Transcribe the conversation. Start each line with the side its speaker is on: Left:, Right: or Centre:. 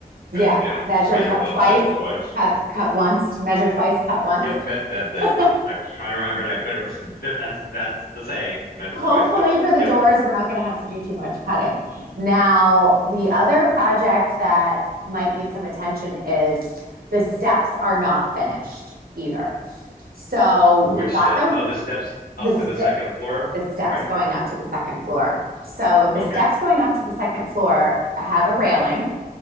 Left: me-
Right: Yeah,
Left: you know,
Right: measure
Left: measure
Right: t-
Left: once,
Right: twice,
Left: measure twice.
Right: cut cut once, measure twice, cut once.
Left: Yep, me that's it.
Right: <laughs>
Left: I was trying to remember it. I couldn't. <laughs> That's that's the saying. Measure
Right: Hopefully
Left: twice, cut once.
Right: for the
Left: Yep.
Right: doors we're not going to have to do too much cutting. Now, the other project that might need some attention is the steps are not finished either. So,
Left: Which
Right: we've
Left: step?
Right: got the
Left: Oh, the steps up
Right: the, st-
Left: to the second floor,
Right: the steps
Left: right?
Right: going up to the second floor. So, the
Left: Okay.
Right: steps going up to the second floor have a railing